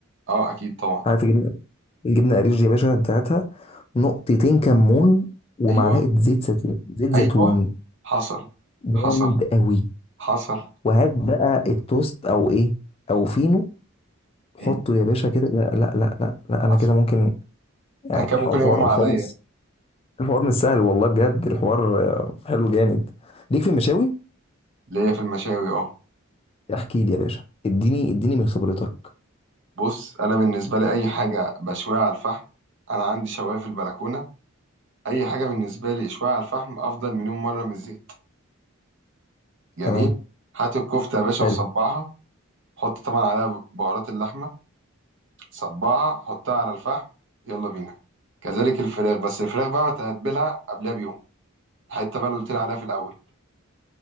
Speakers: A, on the right; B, on the left.
A: اه اكيد طبعا
B: عارف الجبنه الجبنه القريش دي يا باشا انت هاتها نقطتين كمون ومعلقه
A: ايوه
B: زيت زيتون زيت زيتون
A: ايوه حصل
B: جامد
A: حصل
B: قوي
A: حصل
B: وهات بقى التوست او ايه او فينو
A: مم.
B: حطه يا باشا كده لا لا لا لا, لا انا
A: حصل
B: كده ممكن يعني
A: انا كان
B: الحوار
A: ممكن يقوم عليا
B: الحوار مش الحوار مش سهل والله بجد الحوار آه، حلو جامد ليك في المشاوي
A: اللي هي في المشاوي اه
B: احكي لي يا باشا اديني اديني من خبرتك
A: بص انا بالنسبه لي اي حاجه بشويها على الفحم انا عندي شوايه في البلكونه اي حاجه بالنسبه لي اشويها على الفحم افضل مليون مره من الزيت جميل
B: تمام
A: هات الكفته يا باشا
B: حلو
A: وصبعها حط طبعا عليها بهارات اللحمه صبعها حطها على الفحم يلا بينا كذلك الفراخ بس الفراخ بقى بتبلها قبلها بيوم الحته بقى اللي قلت لي عليها في الاول